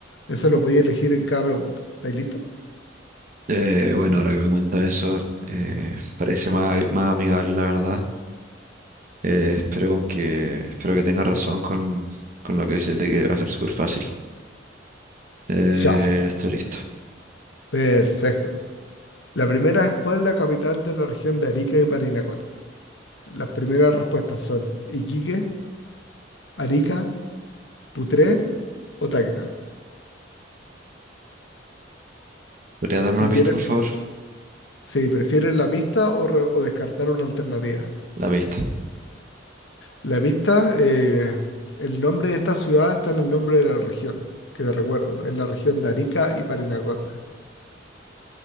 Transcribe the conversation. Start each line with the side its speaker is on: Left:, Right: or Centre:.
Left: Eso lo podías elegir en cada pregunta. ¿Estáis listo?
Right: Eh, bueno, ahora que me cuenta eso, eh, parece más, más amigable, la verdad. Eh, espero con que, espero que tengas razón con, con lo que dices de que va a ser súper fácil. Eh,
Left: Ya,
Right: estoy listo.
Left: perfecto. La primera es ¿cuál es la capital de la región de Arica y Parinacota? Las primeras respuestas son Iquique, Arica, Putré o Tacna.
Right: ¿Podrías darme
Left: Si
Right: una pista,
Left: quieres,
Right: por favor?
Left: si prefieres la pista o, re- o descartar una alternativa.
Right: La pista.
Left: La pista, eh, el nombre de esta ciudad está en el nombre de la región, que te recuerdo, es la región de Arica y Parinacota.